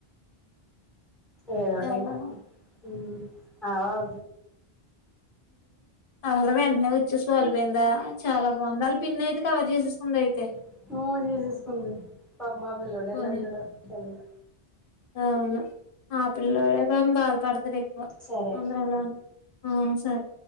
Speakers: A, in the centre; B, on the left.
A: ఏదోటింకా
B: చాలా
A: ఊ ఆవవు
B: అళ వెంటనే వచేస్ కోల్పోయిందా చాలా బాగుంది అళ పిన్న అయితే కవర్ చేసేసుకుంది అయితే
A: తీసేసుకుంది పాపం ఆ పిల్లోడు
B: పోనీ
A: ఏలా ఉన్నడో తెలియదు
B: అవును ఆ పిల్లడే పాప బాధపడతడు ఎక్కువ
A: సరే
B: అందర్ ఎల అని అవును సార్